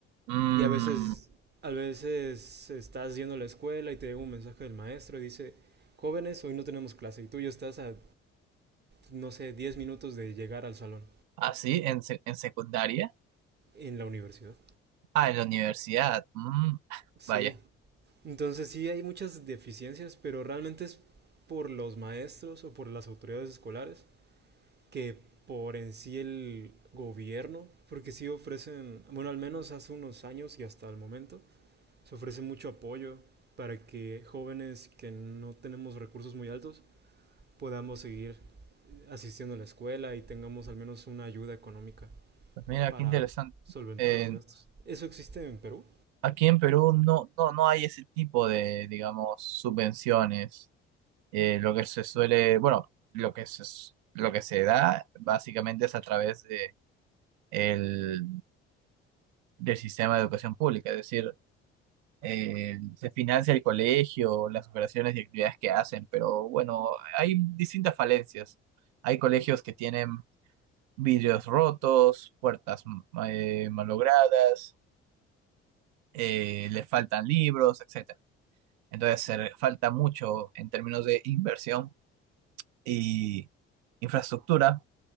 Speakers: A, on the right; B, on the right.
A: Mm,
B: Y a veces, a veces estás yendo a la escuela y te llega un mensaje del maestro y dice, jóvenes, hoy no tenemos clase. Y tú ya estás a, no sé, 10 minutos de llegar al salón
A: Ah, sí, en, sec- en secundaria.
B: en la universidad.
A: Ah, en la universidad. Mm,
B: Sí.
A: vaya,
B: Entonces sí hay muchas deficiencias, pero realmente es por los maestros o por las autoridades escolares que por en sí el gobierno, porque sí ofrecen, bueno, al menos hace unos años y hasta el momento, se ofrece mucho apoyo para que jóvenes que no tenemos recursos muy altos podamos seguir asistiendo a la escuela y tengamos al menos una ayuda económica
A: pues mira,
B: para
A: qué interesante.
B: solventar
A: Eh,
B: los gastos. ¿Eso existe en Perú?
A: aquí en Perú no, no, no hay ese tipo de, digamos, subvenciones. Eh, lo que se suele, bueno, lo que se, s- lo que se da básicamente es a través de el, del sistema de educación pública. Es decir, eh, se financia el colegio, las operaciones y actividades que hacen, pero bueno, hay distintas falencias. Hay colegios que tienen vidrios rotos, puertas ma- eh, malogradas, eh, le faltan libros, etcétera. Entonces, se re- falta mucho en términos de inversión y infraestructura,